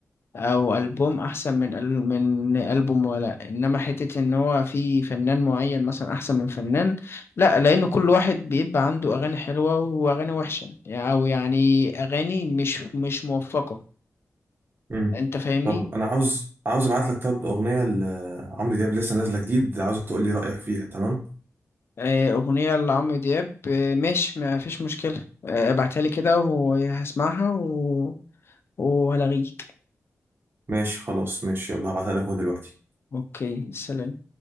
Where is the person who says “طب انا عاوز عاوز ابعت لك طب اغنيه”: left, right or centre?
Right